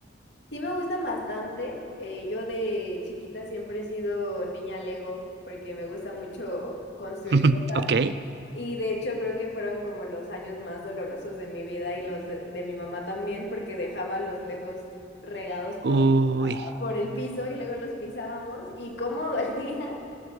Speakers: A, on the left; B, on the right.
A: Sí me gustan bastante. Eh, yo de chiquita siempre he sido niña Lego porque me gusta mucho construir.
B: <laughs> Ok.
A: Y de hecho creo que fueron como los años más dolorosos de mi vida y los de, de mi mamá también, porque dejaba los legos regados por,
B: Uy,
A: la- ah, por el piso y luego los pisábamos y cómo <laughs> dolía.